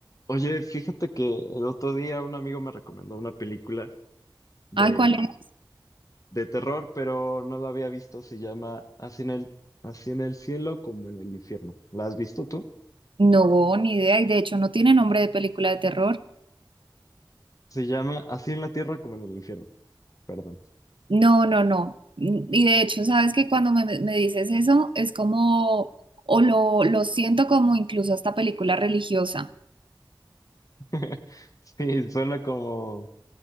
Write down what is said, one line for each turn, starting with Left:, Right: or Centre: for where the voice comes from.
Left: Oye, fíjate que el otro día un amigo me recomendó una película de,
Right: Ay, ¿cuál es?
Left: de terror, pero no la había visto. Se llama Así en el, Así en el cielo como en el infierno. ¿La has visto tú?
Right: No, ni idea. Y de hecho no tiene nombre de película de terror.
Left: Se llama Así en la tierra como en el infierno. Perdón.
Right: No, no, no. Mm, Y de hecho, sabes que cuando me, me dices eso, es como, o lo, lo siento como incluso hasta película religiosa.
Left: <laughs> Sí, suena como...